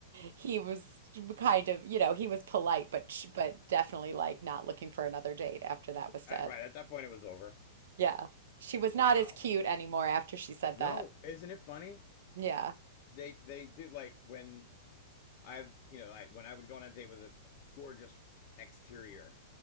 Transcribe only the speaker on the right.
he was kind of, you know, he was polite but sh- but definitely like not looking for another date after that was said.
Yeah. She was
not as cute anymore after she said
that.
Yeah,